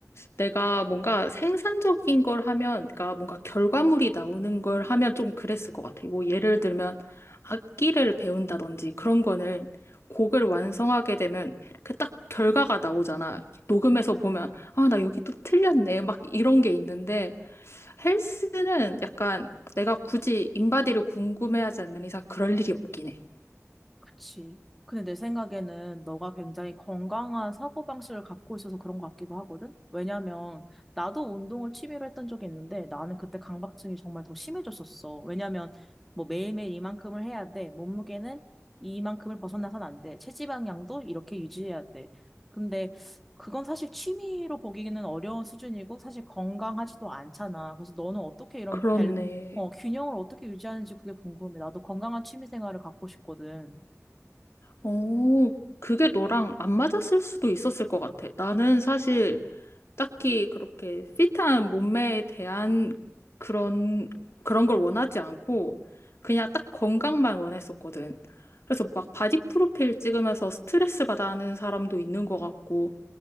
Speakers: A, on the left; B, in the centre.
A: 내가 뭔가 생산적인 걸 하면, 그러니까 뭔가 결과물이 나오는 걸 하면 좀 그랬을 것 같아. 뭐 예를 들면 악기를 배운다든지 그런 거는 곡을 완성하게 되면 그 딱 결과가 나오잖아. 녹음해서 보면, 아, 나 여기 또 틀렸네. 막 이런 게 있는데 헬스는 약간 내가 굳이 인바디를 궁금해하지 않는 이상 그럴 일이 없긴 해.
B: 그치. 근데 내 생각에는 너가 굉장히 건강한 사고방식을 갖고 있어서 그런 것 같기도 하거든? 왜냐면 나도 운동을 취미로 했던 적이 있는데 나는 그때 강박증이 정말 더 심해졌었어. 왜냐면 뭐 매일매일 이만큼을 해야 돼. 몸무게는 이만큼을 벗어나선 안 돼. 체지방량도 이렇게 유지해야 돼. 근데 그건 사실 취미로 보기에는 어려운 수준이고 사실 건강하지도 않잖아. 그래서 너는 어떻게 이런
A: 그렇네.
B: 밸, 어, 균형을 어떻게 유지하는지 그게 궁금해. 나도 건강한 취미 생활을 갖고 싶거든.
A: 어, 그게 너랑 안 맞았을 수도 있었을 것 같아. 나는 사실 딱히 그렇게 핏한 몸매에 대한 그런, 그런 걸 원하지 않고 그냥 딱 건강만 원했었거든. 그래서 막 바디 프로필 찍으면서 스트레스 받아 하는 사람도 있는 것 같고,